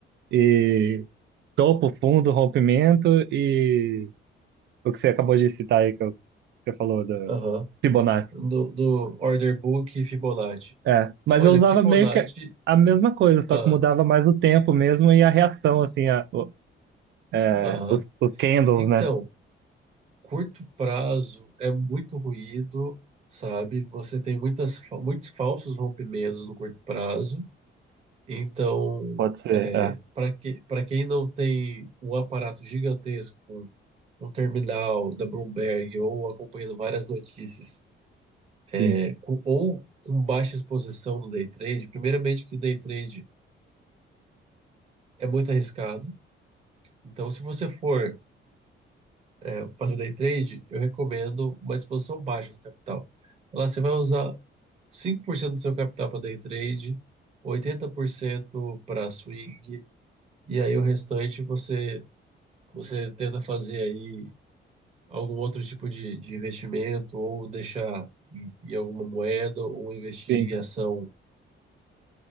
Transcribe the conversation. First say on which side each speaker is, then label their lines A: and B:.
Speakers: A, on the right; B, on the right.
A: E topo, fundo, rompimento e o que você acabou de citar aí, que eu Você falou do
B: aham.
A: Fibonacci.
B: Do, do order book e Fibonacci.
A: É, mas
B: Olha,
A: eu usava
B: Fibonacci.
A: meio que a mesma coisa, só
B: Ah,
A: que mudava mais o tempo mesmo e a reação, assim, a, o, é,
B: aham.
A: os, os candles,
B: Então,
A: né?
B: curto prazo é muito ruído, sabe? Você tem muitas, fa- muitos falsos rompimentos no curto prazo. Então,
A: Pode ser,
B: é,
A: é,
B: para que, para quem não tem um aparato gigantesco com um terminal da Bloomberg ou acompanhando várias notícias,
A: sim,
B: é, com- ou com baixa exposição no day trade, primeiramente que day trade é muito arriscado. Então, se você for é, fazer day trade, eu recomendo uma exposição baixa do capital. Lá você vai usar 5% do seu capital para day trade, 80% para swing, e aí o restante você Você tenta fazer aí algum outro tipo de, de investimento ou deixar em, em alguma moeda ou investir
A: sim,
B: em ação.